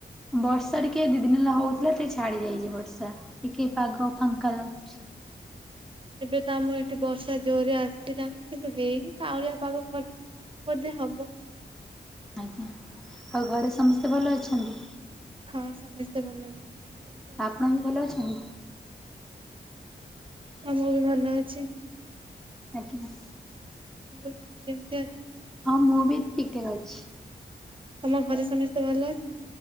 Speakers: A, in the centre; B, on the right.
A: ବର୍ଷା ଟିକେ ଦି ଦିନ ହେଲା ହଉଥିଲା ଟିକେ ଛାଡି ଯାଇଛି ବର୍ଷା ଟିକେ ପାଗ ଫାଙ୍କା ଲାଗୁଚି।
B: ଏବେ ତ ଆମର ଏଠି ବର୍ଷା ଜୋରରେ ଆସିଲାଣି କିନ୍ତୁ ହେଇନି କାଉଁଳିଆ ପାଗ କରିଚି। ବୋଧେ ହବ।
A: ଆଜ୍ଞା। ଆଉ ଘରେ ସମସ୍ତେ ଭଲ ଅଛନ୍ତି?
B: ହଁ ମ ସମସ୍ତେ ଭଲ ଅଛନ୍ତି। ତମେ କେମିତି ଅଛ?
A: ଆପଣ ବି ଭଲ ଅଛନ୍ତି?
B: ମୁଁ ବି ଭଲ ଅଛି।
A: ଆଜ୍ଞା।
B: ମୁଁ କହିଲି ତମେ କେମିତି ଅଛ?
A: ହଁ ମୁଁ ବି ଠିକ୍ ଠାକ୍ ଅଛି।
B: ତମ ଘରେ ସମସ୍ତେ ଭଲ ଅଛନ୍ତି?